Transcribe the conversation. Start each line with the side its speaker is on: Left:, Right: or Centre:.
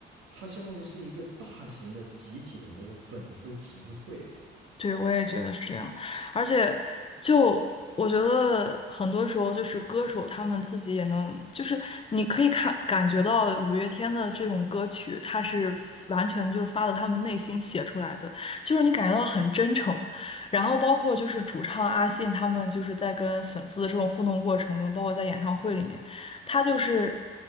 Right: 它相当于是一个大型的集体的那个粉丝集会，
Left: 对，我也觉得是这样。而且，就我觉得很多时候，就是歌手他们自己也能，就是你可以看感觉到五月天的这种歌曲，它是完全就是发自他们内心写出来的，就是你感觉到很真诚。然后包括就是主唱阿信他们就是在跟粉丝的这种互动过程中，包括在演唱会里面。他就是